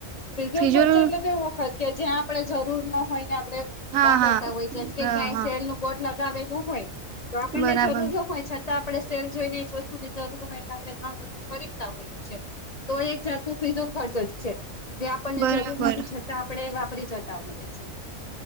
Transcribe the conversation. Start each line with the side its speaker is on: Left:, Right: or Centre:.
Left: ફીજુલ
Right: ફિજુલ
Left: ખર્ચો એટલે તો એવો ખર્ચ કે જ્યાં આપણે જરૂર ના હોય ને આપડે
Right: હા
Left: વાપરતા
Right: હા
Left: હોય જેમ કે ક્યાંય
Right: હા
Left: સેલ નું બોર્ડ લગાવેલું હોય તો આપણને
Right: બરાબર
Left: જરૂર ન હોય છત તા આપણે સેલ જોઈ ને એક વસ્તુની જરૂર હોય ને આપણે તણ વસ્તુ ખરીદતા હોઈએ છીએ. તો એક જાતનો પીઝો ખર્ચ જ છે, જે આપણને
Right: બરાબર
Left: જરૂર નથી છતાં આપણે વાપરી જતા હોઈએ છીએ.